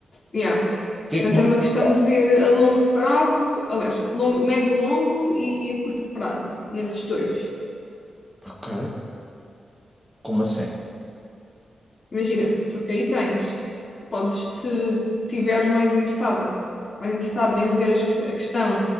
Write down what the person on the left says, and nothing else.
Yeah.
Portanto,
é uma
questão de ver a longo prazo, aliás, longo, médio e longo e a curto prazo, nesses dois.
Imagina, porque aí tens, podes, se tiveres mais interessada, mais interessada em ver as que- a questão